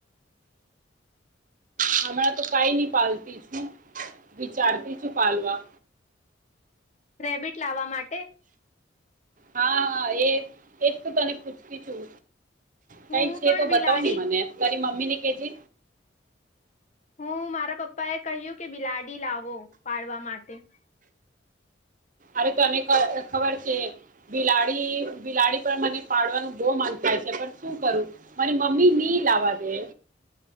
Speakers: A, on the right (about 45°); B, on the left (about 40°).
A: હમણાં તો કાઈ ની પાલતી છું. વિચારતી છું પાલવા.
B: રેબિટ લાવવા માટે?
A: હા, હા એ એ જ તો તને પૂછતી છું.
B: હું
A: કાઈક છે
B: પણ
A: તો બતાવની
B: બિલાડી
A: મને. તારી મમ્મી ની કેજે.
B: હું <inaudible> કહ્યું કે બિલાડી લાવો પાડવા માટે.
A: અરે તને ખ ખબર છે બિલાડી-બિલાડી પણ મને પાડવાનું બોવ મન થાય છે, પણ શું કરું? મારી મમ્મી ની લાવવા દે.